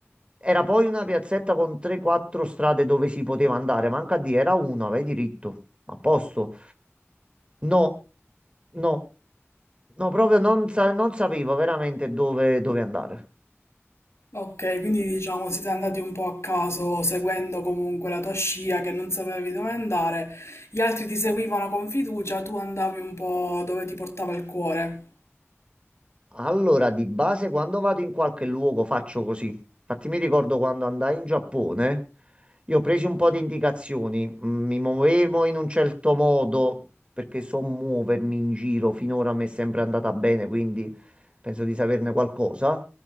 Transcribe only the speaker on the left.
Ok, quindi diciamo siete andati un po' a caso, seguendo comunque la tua scia che non sapevi dove andare, gli altri ti seguivano con fiducia, tu andavi un po' dove ti portava il cuore.